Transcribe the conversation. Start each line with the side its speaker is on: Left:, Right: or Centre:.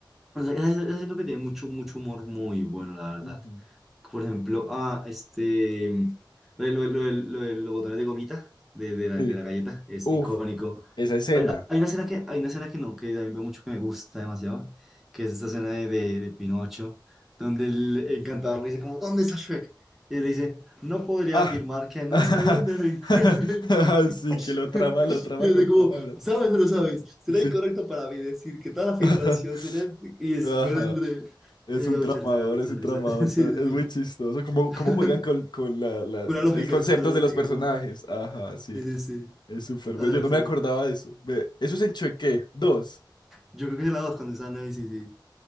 Centre: O sea, esa- esa siento que tiene mucho, mucho humor muy bueno, la verdad.
Left: ujú.
Centre: Por ejemplo, ah, este, mm, lo de, lo de- lo de- lo de los botones de gomita de, de la,
Left: Sí.
Centre: de la galleta es
Left: Uf,
Centre: icónico.
Left: esa escena.
Centre: Hay, hay una escena que, hay una escena que no, que también veo mucho que me gusta demasiado, que es esta escena de, de, de Pinocho, donde el encantador le dice como, ¿dónde está Shrek? Y él le dice, no podría
Left: Ah,
Centre: afirmar que no
Left: <laughs>
Centre: sé dónde lo <laughs> encuentre.
Left: sí, que lo
Centre: <laughs>
Left: trama, lo trama
Centre: Yo
Left: con
Centre: de como,
Left: palabras.
Centre: ¿sabes o no sabes? ¿Será
Left: Sí.
Centre: incorrecto para mí decir que tal afirmación
Left: <laughs>
Centre: será... Y es,
Left: Ajá.
Centre: me lo enredé.
Left: Es
Centre: Eh,
Left: un
Centre: Me da
Left: tramador,
Centre: mucha risa, me da mucha
Left: es un
Centre: risa.
Left: tramador,
Centre: <laughs> Sí,
Left: pero
Centre: sí,
Left: es
Centre: sí.
Left: muy chistoso. Cómo,
Centre: <laughs>
Left: cómo juegan con, con la, la-
Centre: Con la lógica,
Left: el concepto
Centre: con la lógica
Left: de los personajes.
Centre: como tal.
Left: Ajá, sí.
Centre: Sí, sí, sí.
Left: Es súper
Centre: Ah,
Left: bueno.
Centre: me
Left: Yo
Centre: parece
Left: no me
Centre: muy...
Left: acordaba de eso. Ve, Eso es en Choque 2.
Centre: Yo creo que es la dos cuando están ahí, sí, sí.